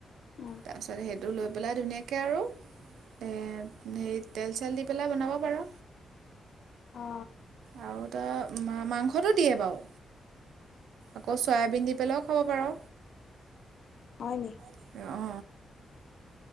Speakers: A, on the left (about 65°); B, on the right (about 85°).
A: উম
B: তাৰ পিছত সেইটো লৈ পেলাই ধুনীয়াকে আৰু এ হেৰি তেল ছেল দি পেলাই বনাব পাৰ
A: অ
B: আৰু ত মাংসটো দিয়ে বাৰু আকৌ চয়াবিন দি পেলাইও খাব পাৰ
A: হয় নি
B: অ